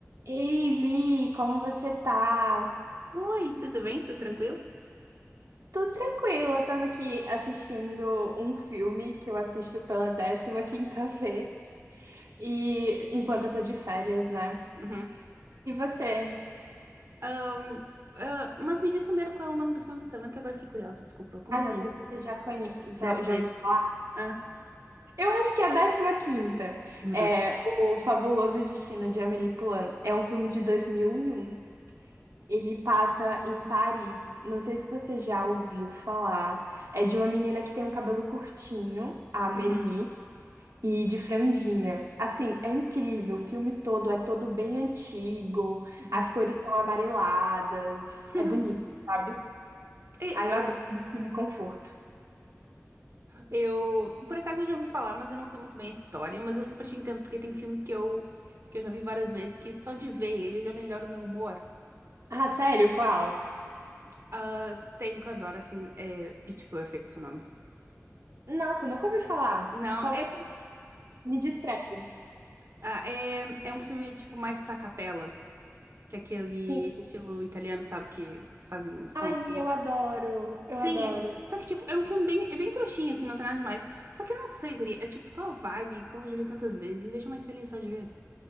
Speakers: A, on the right; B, on the right.
A: Ei, Vi, como você tá?
B: Oi, tudo bem? Tudo tranquilo?
A: Tô tranquila, eu tava aqui assistindo um filme que eu assisto pela décima quinta <laughs> vez, e enquanto eu tô de férias, né?
B: Uhum.
A: E você?
B: Ahn, ah, mas me diz primeiro qual é o nome do filme que você tá vendo, que agora eu fiquei curiosa, desculpa. Como
A: Ai,
B: assim?
A: não sei se você já conhece, já
B: Dez
A: já
B: vezes.
A: ouviu falar.
B: Ah.
A: Eu acho que é a décima quinta.
B: Meu
A: É
B: Deus.
A: O Fabuloso Destino de Amélie Poulain. É um filme de 2001. Ele passa em Paris. Não sei se você já ouviu falar. É de uma menina que tem um cabelo curtinho, a Amélie.
B: Uhum,
A: E de franjinha. Assim, é incrível. O filme todo é todo bem antigo.
B: uhum.
A: As cores são amareladas.
B: <laughs>
A: É bonito, sabe?
B: E,
A: Ah,
B: por,
A: eu adoro
B: ac-
A: filme conforto.
B: eu, por acaso eu já ouvi falar, mas eu não sei muito bem a história, mas eu super te entendo, porque tem filmes que eu, que eu já vi várias vezes, que só de ver ele já melhora o meu humor.
A: Ah, sério? Qual?
B: Ah, tem um que eu adoro, assim, é Pitch Perfect, o nome.
A: Nossa, nunca ouvi falar.
B: Não,
A: Talvez
B: é,
A: me descreve.
B: ah, é, é um filme, tipo, mais pra capela. Que é aquele
A: Sim.
B: estilo italiano, sabe? Que fazem os sons
A: Ai,
B: com a boca.
A: eu adoro. Eu
B: Sim,
A: adoro.
B: é. Só que, tipo, é um filme bem, é bem trouxinha, assim, não tem nada demais. Só que eu não sei, guria. É, tipo, só a vibe, como eu já vi tantas vezes. Me deixa mais feliz só de ver.